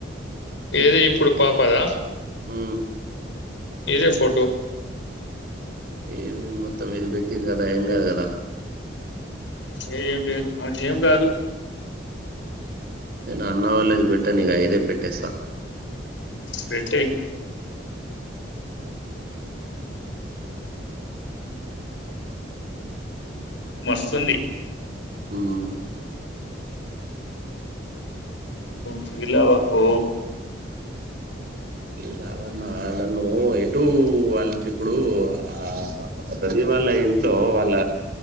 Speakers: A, on the left (about 85°); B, on the right (about 55°).
A: ఏది ఇప్పుడు పాపదా
B: హ
A: ఇదే ఫోటో
B: ఏ మొత్తం ఇది పెట్టరీ ఏం గాదుగా
A: ఏ ఏం లేదు ఏం కాదు
B: నేను అన్న వాళ్ళేది పేట్టా నీగ యిదే పెట్టేస్త
A: పెట్టేయ్ మస్తుంది
B: హ్మ్మ్
A: ఫీలావాకు
B: కాదన్న నన్ను ఎటు వాళ్ళ ఇప్పుడు ఆ రది వాళ్ళ ఇంట్లో వాళ్ళ